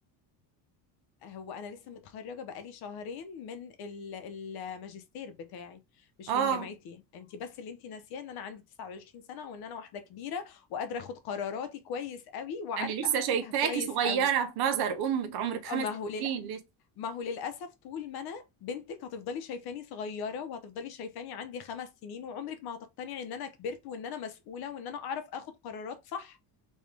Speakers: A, on the left; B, on the right.
A: هو انا لسه متخرجه بقالي شهرين من ال- الماجستير بتاعي مش
B: اه
A: من جامعتي انت بس اللي انت ناسياه ان انا عندي 29 سنه وان انا واحده كبيره وقادره اخد قراراتي كويس قوي وعارفه
B: انا لسه
A: احسبها
B: شايفاكي
A: كويس
B: صغيره
A: قوي
B: في نظر امك عمرك خمس
A: اما هو للاسف
B: سنين لسه
A: ما هو للأسف طول ما أنا بنتك هتفضلي شايفاني صغيرة وهتفضلي شايفاني عندي خمس سنين وعمرك ما هتقتنعي إن أنا كبرت وإن أنا مسؤولة وإن أنا أعرف آخد قرارات صح